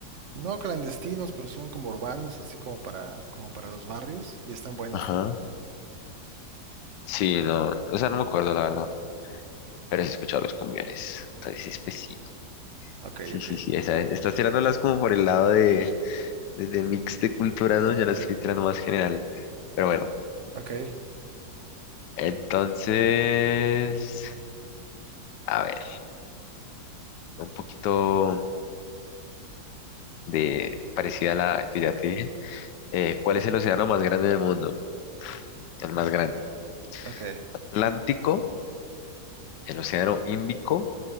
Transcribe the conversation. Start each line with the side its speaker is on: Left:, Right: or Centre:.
Right: no clandestinos, pero son como urbanos, así como para, como para los barrios, y están buenos
Left: ajá,
Right: también.
Left: sí, no, o sea, no me acuerdo la verdad, pero sí he escuchado los cumbiones, entonces, pues sí.
Right: Ok,
Left: Sí,
Right: ok,
Left: sí,
Right: ok.
Left: sí, esa es. Estás tirándolas como por el lado de, de, de mix de cultura, ¿no? Ya las estoy tirando más general. Pero bueno,
Right: Ok,
Left: entonces, a ver, un poquito de parecida a la que ya te dije. Eh, ¿cuál es el océano más grande del mundo? El más grande.
Right: ok.
Left: ¿Atlántico, el océano Índico,